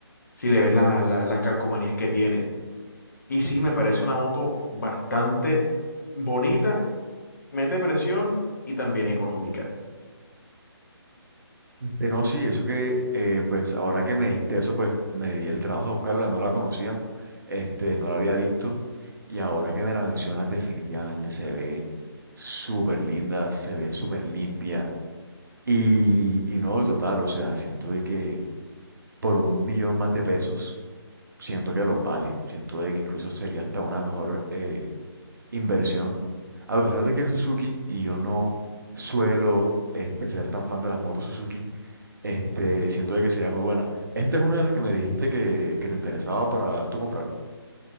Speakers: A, on the left (about 40°); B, on the right (about 50°).
A: si le ves las, la- las calcomanías que tiene. Y sí, me parece una moto bastante bonita, mete presión y también económica.
B: Que no, sí, eso que, eh, pues ahora que me diste eso, pues me di el trabajo de buscarla, no la conocía, este, no la había visto, y ahora que me la mencionas, definitivamente se ve súper linda, se ve súper limpia, y, y no, total, o sea, siento de que por un millón más de pesos, siento que los vale, siento de que incluso sería hasta una mejor eh, inversión, a pesar de que Suzuki, y yo no suelo este, ser tan fan de las motos Suzuki, este, siento de que sería muy buena. Esta es una de las que me dijiste que, que te interesaba para tú comprar.